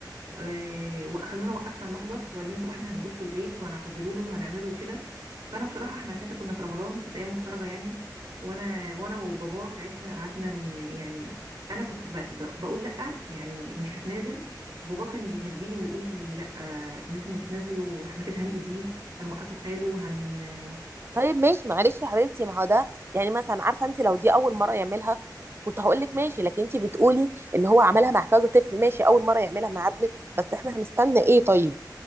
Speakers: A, on the right; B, on the right.
A: آه، واخدونا وقفنا المحضر وبعدين طب احنا هنجي لكم البيت وهنعتذروا له وهنعمله وكده فانا بصراحه احنا ساعتها كنا في رمضان كانت ايام مفترجه يعني وانا وانا وبابا ساعتها قعدنا ن- يعني انا كنت ب... ب... بقول لا يعني مش هتنازل بابا كان بيهديني ويقول لي لا لازم تنزله احنا كده هنأذيه هنوقفه حاله هن
B: طيب ماشي معلش يا حبيبتي ما هو ده يعني مثلا عارفه انت لو دي اول مره يعملها كنت هقول لك ماشي لكن انت بتقولي ان هو عملها مع كذا طفل ماشي اول مره يعملها مع ابنك بس احنا هنستنى ايه طيب